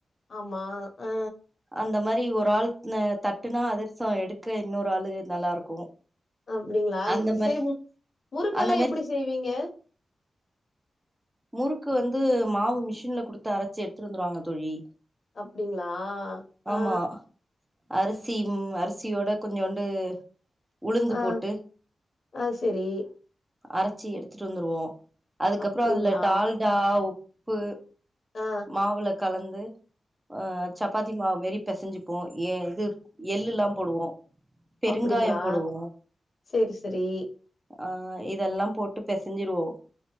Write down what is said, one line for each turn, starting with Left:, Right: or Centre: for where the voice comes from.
Left: ஆமா அ
Right: அந்த மாரி ஒரு ஆள் அ தட்டுனா அதுரசோ எடுக்க இன்னொரு ஆள்ளு நல்லா இருக்கு
Left: அப்படிங்களா
Right: அந்த மாரி
Left: சரி மு முறுக்கெல்லா
Right: அந்த மாரி
Left: எப்படி செய்வீங்க
Right: முறுக்கு வந்து மாவு மிஷின்ல குடுத்து அரைச்சு எடுத்து வந்துருவாங்க தோழி
Left: அப்டிங்களா
Right: ஆமா
Left: ஆ
Right: அரிசி ம் அரிசியோட கொஞ்சோண்டு உளுந்து
Left: ஆ
Right: போட்டு
Left: ஆ சரி
Right: அரைச்சி எடுத்துட்டு வந்துருவோ அதுக்கப்புற
Left: அப்டிங்களா
Right: அதுல டால்டா உப்பு
Left: ஆ
Right: மாவுள கலந்து ஆ சப்பாத்தி மாவுமாரி பசைஞ்சுப்போ எ இதுப் எள்ளுலா போடுவோ பெருங்காயோ
Left: அப்டிங்களா
Right: போடுவோ
Left: சரி சரி
Right: ஆ இதெல்லா போட்டு பெசஞ்சிருவோ